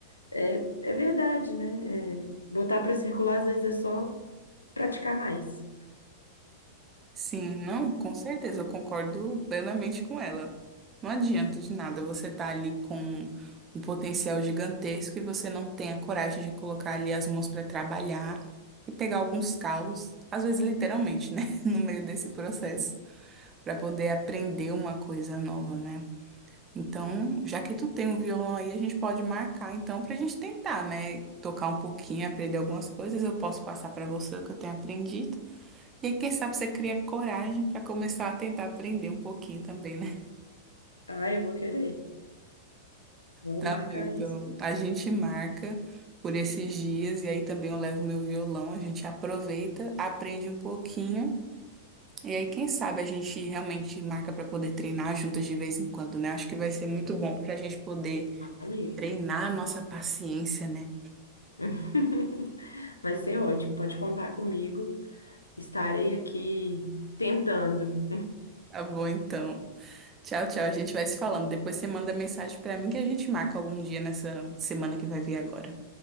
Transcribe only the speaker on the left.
é, é verdade, né? É, botar pra circular às vezes é só praticar mais.
Ah, eu vou querer. Vamos
marcar
isso.
Amigo.
<laughs> Vai ser ótimo. Pode contar comigo. Estarei aqui tentando.